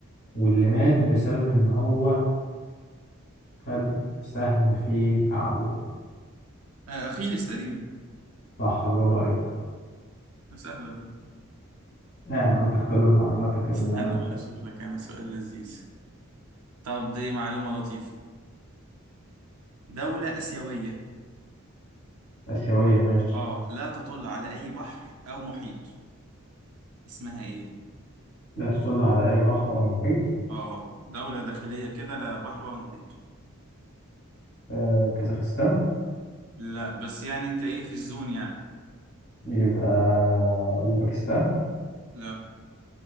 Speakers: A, on the left; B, on the right.
A: واللي مات بسبب ان هو خد سهم في كعبه
B: آه، أخيلس تقريبا
A: صح برافو عليك
B: سهلة دي
A: يعني قلت اختبر معلوماتك ال-
B: استنى بقى أشوف لك أنا سؤال لذيذ طب دي معلومة لطيفة دولة آسيوية
A: الآسيوية ماشي
B: آه لا تطل على أي بحر أو محيط اسمها إيه؟
A: لا تطل على أي بحر أو محيط
B: آه دولة داخلية كده لا بحر ولا محيط
A: آه كازاخستان
B: لا بس يعني انت ايه في الزون يعني
A: يبقى أوزبكستان
B: لا